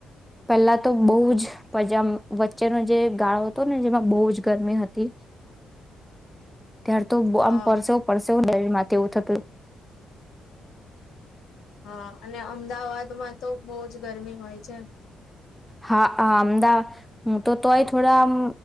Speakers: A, in the centre; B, on the left (about 75°).
A: પેલા તો બહુ જ પજામ વચ્ચેનો જે ગાળો હતો ને જેમાં બહુ જ ગરમી હતી ત્યાર તો
B: હા
A: આમ પરસેવો પરસેવો માથે <unintelligible> થ
B: હા અને અમદાવાદમાં તો બોવ જ ગરમી હોય છે.
A: હા હા અમદા હું તો તોય થોડા આમ